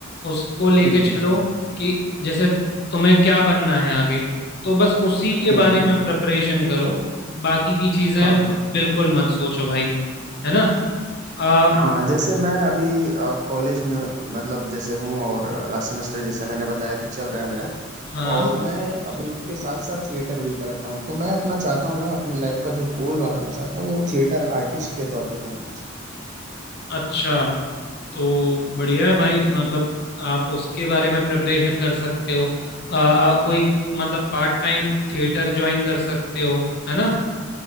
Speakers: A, on the left (about 50°); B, on the right (about 35°).
A: उसको लेके
B: हम्म
A: चलो
B: हम्म,
A: कि जैसे तुम्हें क्या बनना है आगे तो बस उसी के
B: बिल्कुल
A: बारे में प्रिपरेशन करो बाकी की चीजें
B: हाँ हाँ
A: बिल्कुल मत सोचो भाई है ना अ,
B: हाँ जैसे मैं अभी कॉलेज में मतलब जैसे हूँ और लास्ट सेमेस्टर जैसे मैंने बताया कि चल रहा है मेरा
A: हाँ
B: और मैं अभी उसके साथ साथ थिएटर भी करता हूँ तो मैं अपना चाहता हूँ ना अपनी लाइफ का जो गोल बनाना चाहता हूँ वो थिएटर आर्टिस्ट के तौर पे बनाना चाहता हूँ
A: अच्छा तो बढ़िया है भाई मतलब आप उसके बारे में प्रिपरेशन कर सकते हो आ, आ, कोई मतलब पार्ट टाइम थिएटर ज्वाइन कर सकते हो है ना